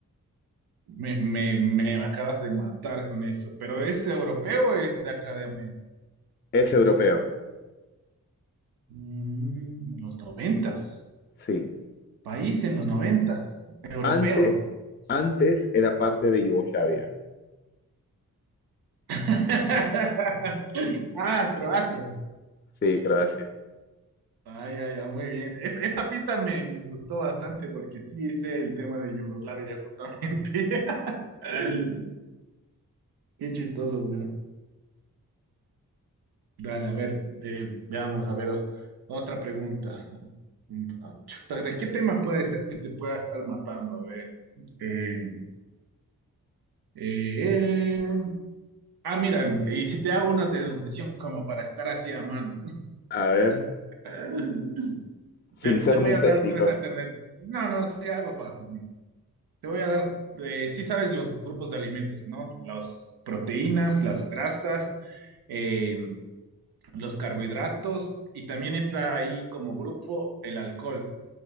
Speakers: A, on the right (about 85°); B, on the left (about 30°).
A: Me, me, me acabas de matar con eso. ¿Pero es europeo o es de acá de América?
B: Es europeo.
A: Mm, en los noventas.
B: Sí.
A: País en los noventas. Europeo.
B: Ante- antes era parte de Yugoslavia.
A: <laughs> Ah, Croacia.
B: Sí, Croacia.
A: Ah, ya, ya, muy bien. Es- esa pista me, me gustó bastante porque sí sé el tema de Yugoslavia, justamente. <laughs> Qué chistoso, bueno. Dale, a ver, eh, veamos, a ver, o- otra pregunta. Mm, ah, chuta, ¿De qué tema puede ser que te pueda estar matando? A ver. eh, eh, ah, mira, y si te hago unas de nutrición como para estar así a mano.
B: A ver,
A: <laughs>
B: sin
A: Te, te
B: ser
A: voy
B: muy
A: a
B: técnico,
A: dar tres alternativas. No, no, sí, algo fácil, mira. Te voy a dar, eh, sí sabes los grupos de alimentos, ¿no? Las proteínas, las grasas, eh, los carbohidratos y también entra ahí como grupo el alcohol.